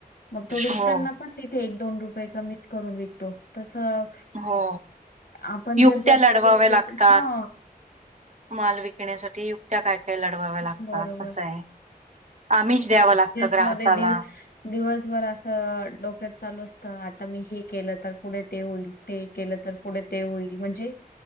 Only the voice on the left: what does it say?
मग तो विकताना
पण तिथे एक, दोन रुपये कमीच करून विकतो तसं
आपण
जर जास्त
केलं तेच,
हा.
बरोबर
बिझनेस
मध्ये दिव दिवसभर असं डोक्यात चालू असतं, आता मी हे केलं तर पुढे ते होईल. ते केलं तर पुढे ते होईल म्हणजे